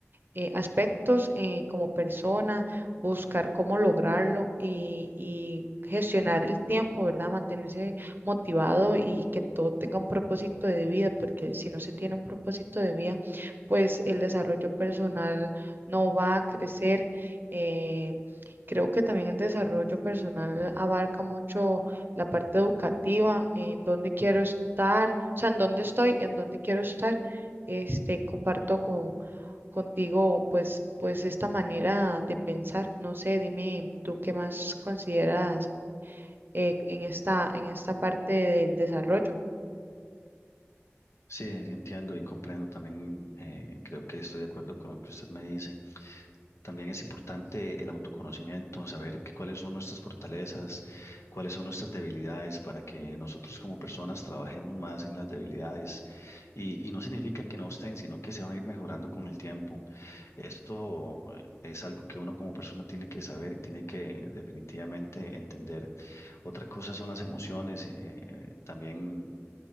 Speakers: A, on the right; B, on the left.
A: eh, aspectos eh, como persona, buscar cómo lograrlo y, y gestionar el tiempo, ¿verdad? Mantenerse motivado y que todo tenga un propósito de vida, porque si no se tiene un propósito de vida, pues el desarrollo personal no va a crecer. eh, creo que también el desarrollo personal abarca mucho la parte educativa, en dónde quiero estar, o sea, en dónde estoy, en dónde quiero estar. Este, comparto con, contigo, pues, pues esta manera de pensar. No sé, dime tú qué más consideras eh, en esta, en esta parte del desarrollo.
B: Sí, entiendo y comprendo también, eh, creo que estoy de acuerdo con lo que usted me dice. También es importante el autoconocimiento, saber que- cuáles son nuestras fortalezas, cuáles son nuestras debilidades, para que nosotros como personas trabajemos más en las debilidades. Y, y no significa que no estén, sino que se van a ir mejorando con el tiempo. Esto eh, es algo que uno como persona tiene que saber y tiene que definitivamente entender. Otra cosa son las emociones. eh, eh, también